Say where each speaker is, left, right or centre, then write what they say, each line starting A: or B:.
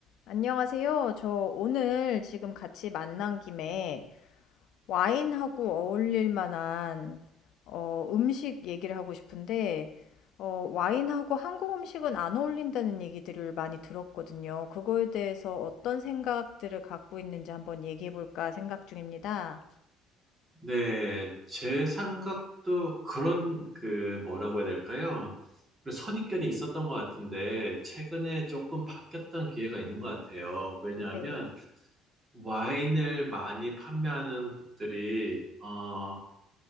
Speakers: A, on the left; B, on the right.
A: 안녕하세요. 저 오늘 지금 같이 만난 김에 와인하고 어울릴 만한 어, 음식 얘기를 하고 싶은데 어, 와인하고 한국 음식은 안 어울린다는 얘기들을 많이 들었거든요. 그거에 대해서 어떤 생각들을 갖고 있는지 한번 얘기해 볼까 생각 중입니다.
B: 네, 제 생각도 그런 그 뭐라고 해야 될까요? 그런 선입견이 있었던 것 같은데 최근에 조금 바뀌었던 기회가 있는 것 같아요. 왜냐하면
A: 네.
B: 와인을 많이 판매하는 곳들이 어